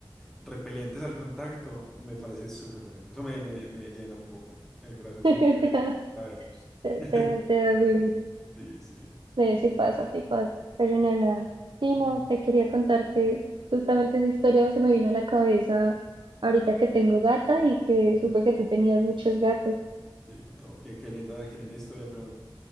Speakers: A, in the centre; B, on the right.
A: repelentes al contacto, me parece súper bonito. Eso me, me- me llena un poco el corazoncito,
B: <laughs>
A: entonces
B: Te
A: me
B: da,
A: gusta verlos.
B: te,
A: <laughs>
B: te da, te da wiwi.
A: Sí, sí.
B: Sí, sí pasa, sí pasa. Pero no, nada. Sí,
A: Ujú.
B: no, te quería contar que justamente esa historia se me vino a la cabeza ahorita que tengo gata y que
A: ujú.
B: supe que tú tenías muchos gatos.
A: Sí, no, qué, qué linda, qué linda historia, pero